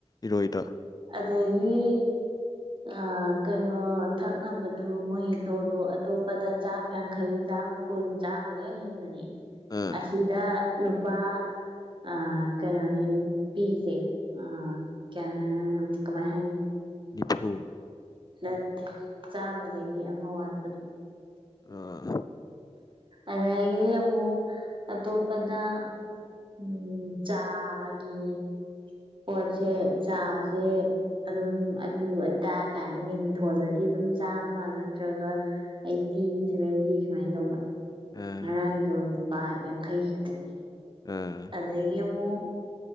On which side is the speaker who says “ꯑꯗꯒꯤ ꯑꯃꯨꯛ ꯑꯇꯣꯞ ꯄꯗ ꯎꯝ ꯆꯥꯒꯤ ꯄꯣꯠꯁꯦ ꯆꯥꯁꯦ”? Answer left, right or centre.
Right